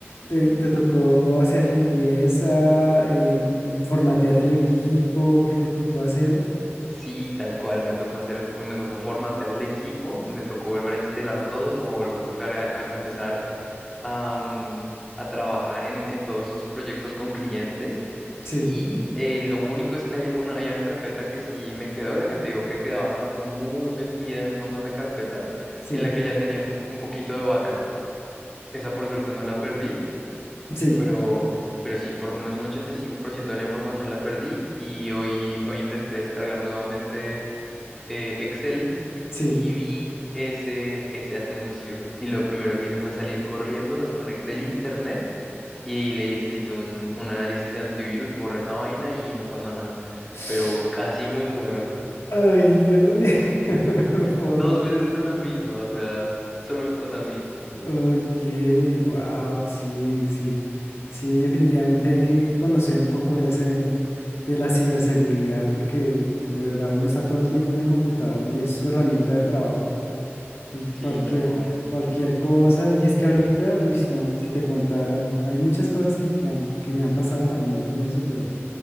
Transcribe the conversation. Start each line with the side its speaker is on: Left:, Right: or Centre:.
Left: te, te tocó hacer limpieza, eh, formatear el equipo, ¿qué te tocó hacer?
Centre: Sí, tal cual, me tocó hacer, me tocó formatear el equipo, me tocó volver a instalar todo, me volvió a tocar a, a empezar a, mm, a trabajar en, en todos esos proyectos con clientes.
Left: Sí,
Centre: Y eh, lo único es que hay, alguna- hay una carpeta que sí me quedó, la que te digo que quedaba como muy metida en un montón de carpetas,
Left: sí,
Centre: en la que ya tenía un, un poquito de backup. Esa por suerte no la perdí,
Left: sí,
Centre: pero, pero sí, por lo menos un 85% de la información la perdí y hoy, hoy intenté descargar nuevamente eh, Excel
Left: sí.
Centre: y vi ese, ese anuncio y lo primero que hice fue salir corriendo, desconecté el internet y le, hiz- le hice un, un análisis de antivirus, borré esa vaina y no pasó nada.
Left: <sighs>
Centre: Pero casi me muero.
Left: Ay, Dios mío, <laughs> por
Centre: Dos
Left: Dios.
Centre: veces con la misma, o sea, solo me pasa a mí.
Left: Ok, wow, sí, sí, sí, definitivamente hay que conocer un poco de ese, de la ciberseguridad, porque de verdad uno está todo el tiempo en el computador y es su herramienta de trabajo. y
Centre: Sí,
Left: cualquier,
Centre: tal cual.
Left: cualquier cosa. Y es que ahorita, uy, no, si te contara, no. Hay muchas cosas que, que, han- que me han pasado también con eso, pero,